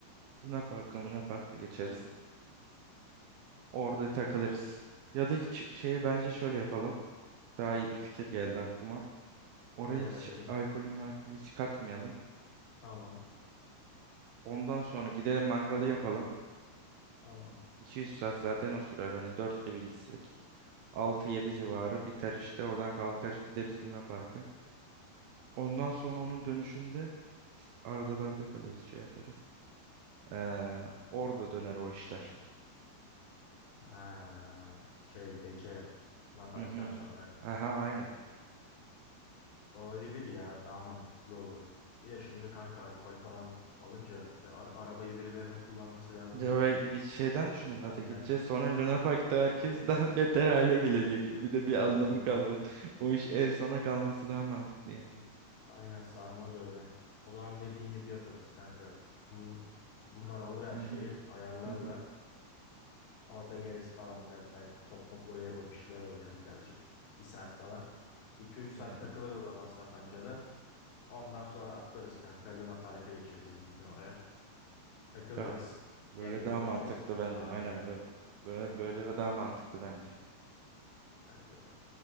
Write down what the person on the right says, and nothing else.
Luna Park'a, Luna Park'a geçeriz. Orada takılırız. Ya da hiç şeye bence şöyle yapalım. Daha iyi bir fikir geldi aklıma. Oraya
hiç
alkolü malkolü hiç katmayalım.
Ondan sonra gidelim mangalı yapalım.
200 saat zaten o sürer hani 4 gibi gitsek. Altı yedi civarı biter işte. Oradan kalkar gideriz Luna Park'a. Ondan sonra onun dönüşünde Ardalar'da kalırız şey yaparız. Ee, orada döner o işler.
Hı hı.
Aha aynen.
Ya
ve bir şeyden düşündüm zaten
gideceğiz. Sonra Luna Park'ta herkes daha <laughs> beter hale gelecek. Bir de bir anlamı
kalmaz. <laughs> O iş en sona kalması daha mantıklı yani.
Hı
hı.
Hı hı.
Ne?
Ya böyle
daha
mantıklı bence.
Aynen böyle. Böyle böyle ve daha mantıklı bence.